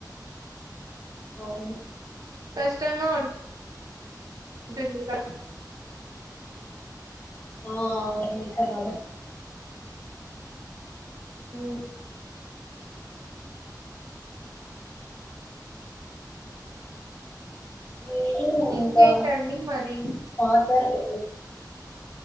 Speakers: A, on the left; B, on the right.
A: అవును
B: కష్టంగా ఉంటూది ఎన్ని కష్టాలు
A: ఆ అవును
B: ఉ హు
A: నేను
B: ఇంకేటడీ
A: ఇంకా
B: మరి
A: మాతర్లు